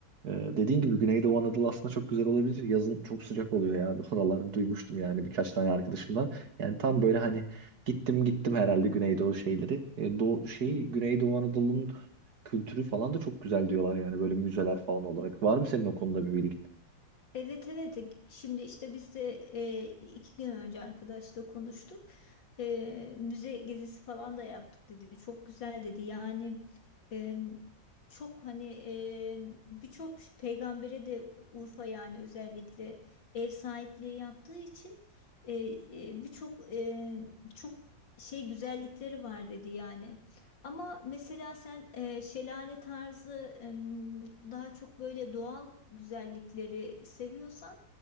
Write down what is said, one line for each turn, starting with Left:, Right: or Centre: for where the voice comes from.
Right: e, dediğin gibi Güneydoğu Anadolu aslında çok güzel olabilir. Yazın çok sıcak oluyor ya. Oraları duymuştum yani birkaç tane arkadaşımdan. Yani tam böyle hani Gittim gittim herhalde Güneydoğu şeyleri. E, Doğu, şey, Güneydoğu Anadolu'nun kültürü falan da çok güzel diyorlar yani böyle müzeler falan olarak. Var mı senin o konuda bir bilgin?
Left: Evet evet şimdi işte biz de e, iki gün önce arkadaşla konuştuk. E, müze gezisi falan da yaptık dedi. Çok güzel dedi. Yani e, çok hani e, birçok peygambere de Urfa yani özellikle ev sahipliği yaptığı için e, e, birçok e, çok şey güzellikleri var dedi yani. Ama mesela sen e, şelale tarzı em, daha çok böyle doğal güzellikleri seviyorsan